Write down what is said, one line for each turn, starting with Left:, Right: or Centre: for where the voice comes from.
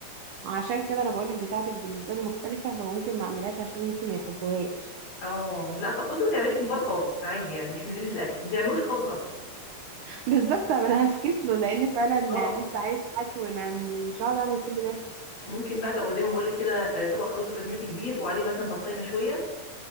Right: عشان كده انا بقولك بتاعتك بالنسبة لي مختلفة فممكن ما اعملهاش عشان ممكن ما يحبوهاش
Left: اه لا خ- بصي ما تعمليش ممبار خالص عادي يعني مش من قله الاكل ما تعملوش خالص اصلا
Right: بالظبط طب انا هفكس له لان فعلا
Left: اه
Right: لسه عايز حالته وانا م- مش هقعد اعمل كل ده
Left: ممكن بقى تو- زي ما بقول لك كده آه، طبق رز بسمتي كبير وعليه مثلا بطايه مشويه